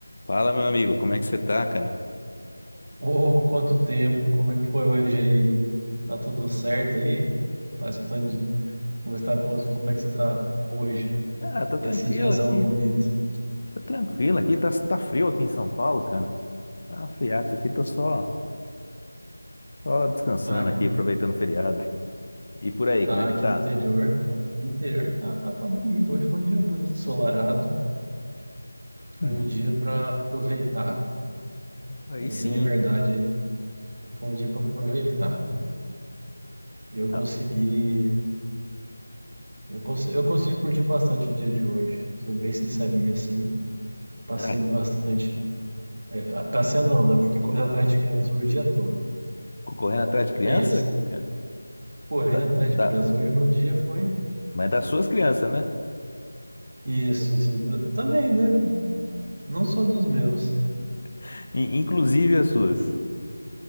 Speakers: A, on the left; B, on the right.
A: Fala, meu amigo, como é que você tá, cara?
B: Ô, quanto tempo, como é que foi hoje aí? Tá tudo certo aí? Tá escutando de- como está, como é que você tá hoje,
A: Ah, tô
B: nesse
A: tranquilo
B: diazão
A: aqui.
B: bonito?
A: Tô tranquilo aqui, tá, tá frio aqui em São Paulo, cara. Tá um friaco aqui, tô só, só descansando
B: Ah, aqui,
A: aqui, aproveitando o feriado. E por aí, como
B: ah,
A: é que
B: aqui
A: tá?
B: no interior, aqui no interior tá, tá bonito. Hoje foi um dia bonito, ensolarado. Foi
A: Hum,
B: um dia para aproveitar,
A: aí
B: tá
A: sim,
B: bem verdade
A: cara.
B: aí. Foi um dia para aproveitar.
A: Hum,
B: E Eu
A: tá.
B: consegui, eu consegui, eu consegui curtir bastante o dia de hoje, sendo bem sincerinho assim. Passei
A: Ah,
B: bastante, é, passei não, né? Eu fiquei correndo atrás de criança o dia todo.
A: correndo atrás de criança,
B: Pensa,
A: cara?
B: correr
A: Da,
B: atrás
A: da-
B: de criança. Hoje meu dia foi
A: mas é das suas crianças, né?
B: isso, assim, do- também, né? Não só dos meus,
A: <laughs> In- inclusive as suas.